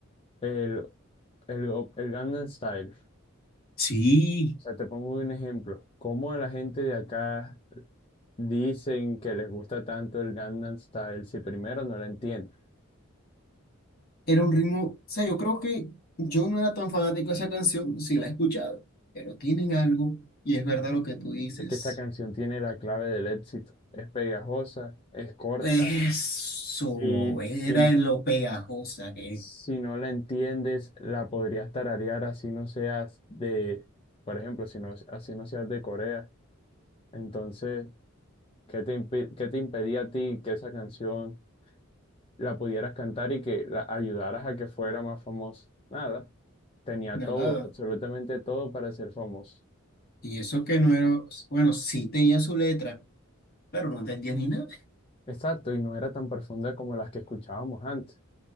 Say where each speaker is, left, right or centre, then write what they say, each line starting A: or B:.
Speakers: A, on the left; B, on the left.
A: El, el, el Gangnam Style. O
B: Sí,
A: sea, te pongo un ejemplo. ¿Cómo la gente de acá dicen que les gusta tanto el Gangnam Style si primero no la entienden?
B: Era un ritmo, o sea, yo creo que yo no era tan fanático de esa canción, sí la he escuchado, pero tienen algo, y es verdad lo que tú dices.
A: Es que esa canción tiene la clave del éxito. Es pegajosa, es corta.
B: Eso
A: Sí,
B: era
A: sí, no.
B: lo pegajosa que
A: Si
B: es.
A: no la entiendes, la podrías tararear así no seas de, por ejemplo, si no, así no seas de Corea. Entonces, ¿qué te impi- qué te impedía a ti que esa canción la pudieras cantar y que la ayudaras a que fuera más famosa? Nada, tenía
B: nada.
A: todo, absolutamente todo para ser famoso.
B: Y eso que no era, bueno, sí tenía su letra, pero no entendía ni nada.
A: Exacto, y no era tan profunda como las que escuchábamos antes.